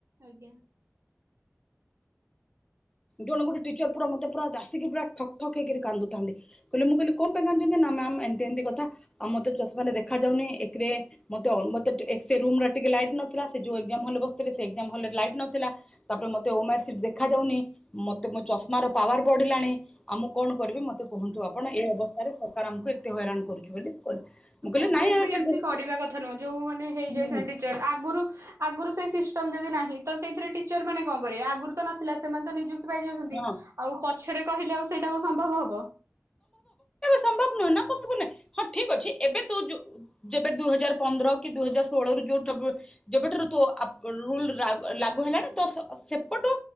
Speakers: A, on the right; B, on the left.
A: ଆଜ୍ଞା <inaudible>
B: ଜଣେ ଗୋଟେଟିଚର ପୁରା ମତେ ପୁରା ଆସିକି ପୁରା ଠକ୍ ଠକ ହେଇକିରି କାନ୍ଦୁଥାନ୍ତି କହିଲେ ମୁଁ କହିଲି କଣ ପାଇଁ କାନ୍ଦୁଛନ୍ତି ମାମ ଏମତି ଏମତି କଥା ଟିକେ ଆଉମତେ ଚଷମାରେ ଦେଖା ଯାଉନି ଏଥିରେ ମତେ ଏକ୍ସ ରୁମରେ ଟିକେ ଲାଇଟ ନଥିଲା ସେଜଉ ଏଗଜାମ ରୁମରେ ବସିଥିଲେ ସେ ଏଗଜାମ ରୁମରେ ଲାଇଟ ନଥିଲା ତାପରେେ ମୋତେ ହୋମ ୱାର୍କ ସିଟ ଦେଖା ଦେଖାଯାଉନି ମତେ ମୋ ଚଷମାର ପାୱାର ବଢିଲାଣି ଆଉ ମୁଁ କଣ କରିବି ମତେ କୁହନ୍ତୁ ଆପଣ ଏ ଅବସ୍ଥାରେ ସରକାର ଆମକୁ ଏତେ ହଇରାଣ କରୁଛିୁ ବୋଲି। ସେ କହିଲେ। ମୁଁ
A: ଗଭର୍ଣ୍ଣମେଣ୍ଟ
B: କହିଲି ନାଇଁ
A: ବି ଏମିତି କରିବା
B: ଆ
A: କଥା ନୁହଁ ଯୋଉ ମାନେ ହେଇଯାଇ
B: ହୁଁ
A: ଟିଚର ଆଗରୁ ଆଗରୁ ସେ ଯଦି ନାହିଁ ତ ସେଇଥିରେ ଟିଚର ମାନେ କଣ କରିବେ ଆଗରୁ ତ ନଥିଲା ସେମାନେ ତ ନିଯୁକ୍ତି ପାଇ ଯାଉଛନ୍ତି
B: ହଁ
A: ଆଉ ପଛରେ କହିଲେ ଆଉ ସେଇଟାକୁ ସମ୍ଭବ ହବ
B: ସମ୍ବ ନହଁ ହଁ ଠିକ ଅଛି ଏବେ ତୁ ଯେବେ ଦୁଇ ହଜାର ପନ୍ଦର କି ଦୁଇଜାର ଷୋହଳ ରୁୋଉ ଯେବେଠାରୁୁ ଲାଗୁ ହେଲାଣି ତ ସେପଠୁ